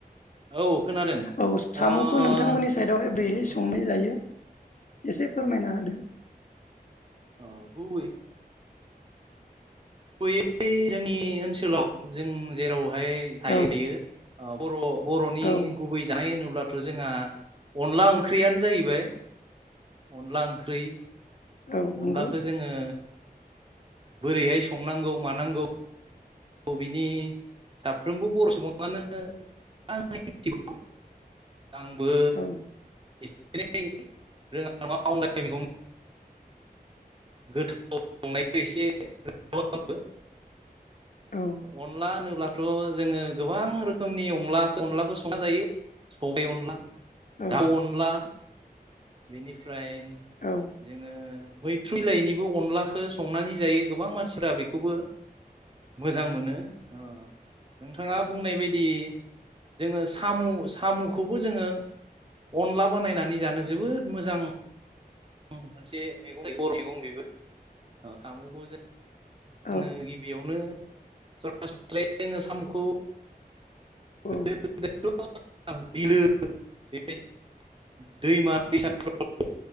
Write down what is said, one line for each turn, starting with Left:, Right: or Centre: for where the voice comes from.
Right: औ खोनादों
Left: औ साम'खौ
Right: अ
Left: नोंथांमोननि साइदावहाय बोरैहाय
Right: अ
Left: संनाय जायो एसे फोरमायना होदो
Right: औ खोनादों गुबैयै जोंनि ओनसोलाव जों जेरावहाय थायो
Left: औ
Right: थायो बर' बर'नि
Left: औ
Right: गुबै जानाय होनोब्ला थ' जोंहा अनला ओंख्रियानो जाहैबाय अनला ओंख्रि
Left: औ नंगौ
Right: अनलाखौ जोङो बोरैहाय संनांगौ मानांगौ बिनि साफ्रोमबो बर' सुबुङानो एभ आंबो
Left: औ
Right: एसे एनै रोङा मावनायिखौ गोथावनायखौ एसेबो
Left: औ
Right: अनला नुला थ' जोङो गोबां रोखोमनि अनला अनलाखौ संना जायो सबायाइ अनला
Left: औ
Right: दाउ अनला बेनिफ्राय
Left: औ
Right: जोङो मैथ्रुलइनिबो अनलाखौ संनानै जायो गोबां मानसिफ्रा बेखौबो मोजां मोनो नोंथाङा बुंनाय बायदि जोङो साम' साम'खौबो जोङो अनला बानायनानै जानो जोबोद मोजां मोनसे मैगंगर मैगं बेबो साम'खौ जों
Left: औ
Right: जोङो गिबियावनो <unintelligible> जोङो सामुखौ
Left: औ
Right: <unintelligible> बिलो बेबायदि दैमा दैसाफ्राव